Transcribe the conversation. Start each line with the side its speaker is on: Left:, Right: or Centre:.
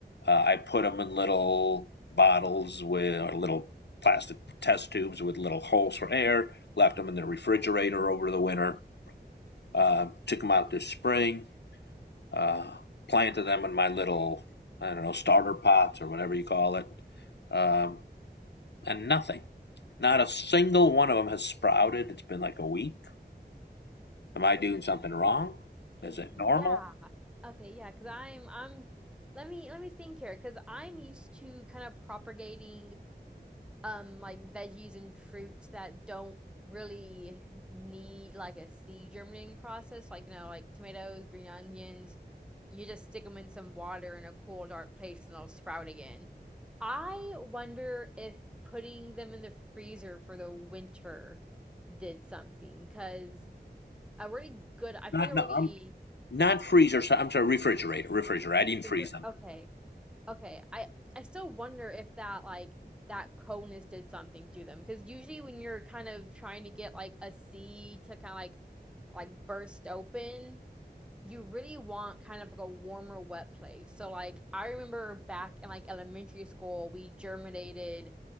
Left: Uh, I put them in little bottles with or little plastic test tubes with little holes for air. Left them in the refrigerator over the winter. Uh, took them out this spring. Uh, planted them in my little I don't know starter pots or whatever you call it. Um, and nothing. Not a single one of them has sprouted. It's been like a week. Am I doing something wrong?
Centre: Okay,
Left: Is it
Centre: yeah.
Left: normal?
Centre: Okay, yeah, 'cause I'm I'm let me let me think here 'cause I'm used to kind of propagating um like veggies and fruits that don't really need like a seed germinating process like you know like tomatoes green onions you just stick them in some water in a cool dark place and they'll sprout again i wonder if putting them in the freezer for the winter did something because a really good i feel
Left: Not
Centre: like a
Left: no,
Centre: really
Left: I'm not freezer. So I'm sorry, refrigerator, refrigerator. I
Centre: good
Left: didn't
Centre: freezer
Left: freeze them.
Centre: okay Okay, I I still wonder if that like that coldness did something to them because usually when you're kind of trying to get like a seed to kind of like like burst open, you really want kind of like a warmer, wet place. So like I remember back in like elementary school, we germinated.